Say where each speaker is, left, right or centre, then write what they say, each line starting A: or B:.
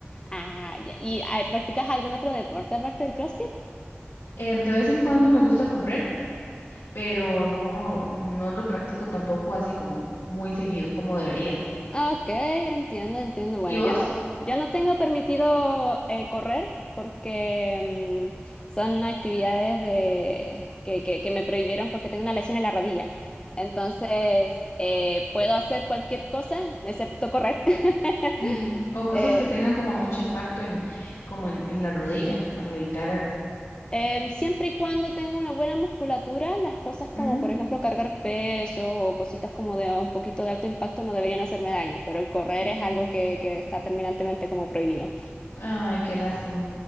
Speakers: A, on the left; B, on the left.
A: Ah, ya. ¿Y ah, practicas algún otro deporte aparte del CrossFit?
B: Em, de vez en cuando me gusta correr, pero no, no lo practico tampoco así como muy seguido, como debería.
A: Ok, entiendo, entiendo. Bueno,
B: ¿Y vos?
A: yo no, yo no tengo permitido eh, correr porque mm, son actividades de, que, que, que me prohibieron porque tengo una lesión en la rodilla. Entonces, eh, puedo hacer cualquier cosa excepto correr. <laughs>
B: Ujú. O cosas
A: Eh,
B: que tengan como mucho impacto en, como en, en la rodilla, para evitar el-
A: Em, siempre y cuando tenga una buena musculatura, las cosas como,
B: Ujú,
A: por ejemplo, cargar pesos o cositas como de un poquito de alto impacto no deberían hacerme daño, pero el correr
B: ujú.
A: es algo que, que está terminantemente como prohibido.
B: Ay, qué lástima.